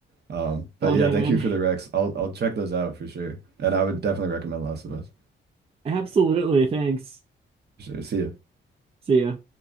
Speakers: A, on the right; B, on the right.
A: Um, but
B: Oh,
A: yeah,
B: damn,
A: thank
B: man!
A: you for the Rex. I'll I'll check those out for sure, and I would definitely recommend Last of Us
B: Absolutely. Thanks.
A: for sure. See ya.
B: See ya.